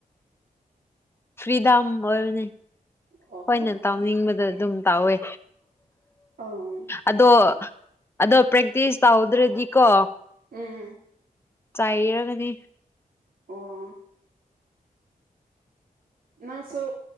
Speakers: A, on the left; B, on the right.
A: ꯐ꯭ꯔꯤꯗꯥꯝ ꯑꯣꯏꯕꯅꯦ
B: ꯑꯣ
A: ꯍꯣꯏꯅꯦ ꯇꯧꯅꯤꯡꯕꯗ ꯑꯗꯨꯝ ꯇꯧꯋꯦ
B: ꯑꯣ ꯎꯝ
A: ꯑꯗꯣ ꯑꯗꯣ ꯄ꯭ꯔꯦꯛꯇꯤꯁ ꯇꯧꯗ꯭ꯔꯗꯤꯀꯣ
B: ꯎꯝ
A: ꯆꯥꯏꯔꯒꯅꯤ
B: ꯑꯣ ꯅꯪꯁꯨ